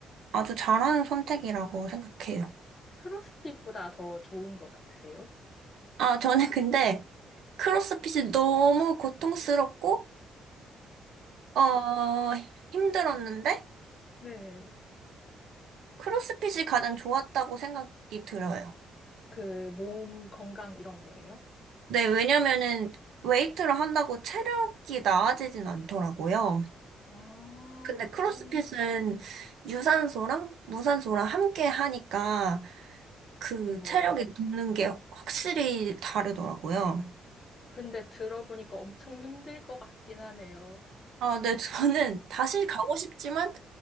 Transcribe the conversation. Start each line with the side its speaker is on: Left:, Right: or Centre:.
Right: 아주 잘하는 선택이라고 생각해요.
Left: 크로스핏보다 더 좋은 것 같으세요?
Right: 아, 저는 근데 크로스핏이 너무 고통스럽고, 어, 힘들었는데?
Left: 네네.
Right: 크로스핏이 가장 좋았다고 생각이 들어요.
Left: 그 몸 건강 이런 거예요?
Right: 네, 왜냐면은 웨이트를 한다고 체력이 나아지진 않더라고요.
Left: 아,
Right: 근데
Left: 그런,
Right: 크로스핏은 유산소랑 무산소랑 함께 하니까 그
Left: 네네.
Right: 체력이 붙는 게 확실히 다르더라고요.
Left: 근데 들어보니까 엄청 힘들 것 같긴 하네요.
Right: 아, 네, 저는 다시 가고 싶지만